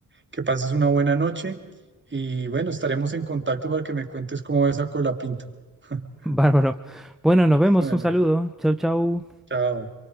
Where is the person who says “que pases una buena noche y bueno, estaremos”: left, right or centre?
Right